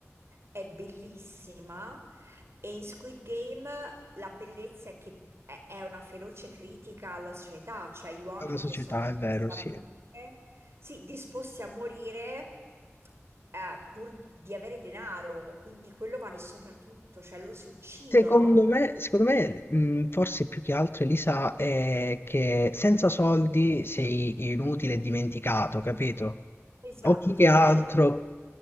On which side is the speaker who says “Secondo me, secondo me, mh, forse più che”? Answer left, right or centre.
Left